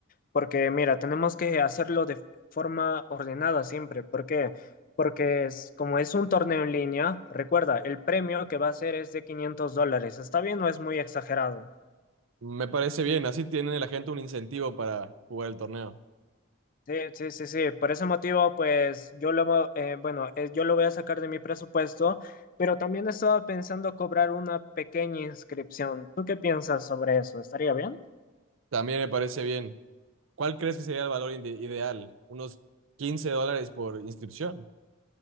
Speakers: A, on the left; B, on the right.
A: Porque, mira, tenemos que hacerlo de forma ordenada siempre, ¿por qué? Porque es, como es un torneo en línea, recuerda, el premio que va a ser es de 500 dólares, ¿está bien o es muy exagerado?
B: Me parece bien, así tiene la gente un incentivo para jugar el torneo.
A: Sí, sí, sí, sí. Por ese motivo, pues yo lo, mo- eh, bueno, eh, yo lo voy a sacar de mi presupuesto, pero también estaba pensando cobrar una pequeña inscripción. ¿Tú qué piensas sobre eso? ¿Estaría bien?
B: También me parece bien. ¿Cuál crees que sería el valor ide- ideal? Unos 15 dólares por inscripción.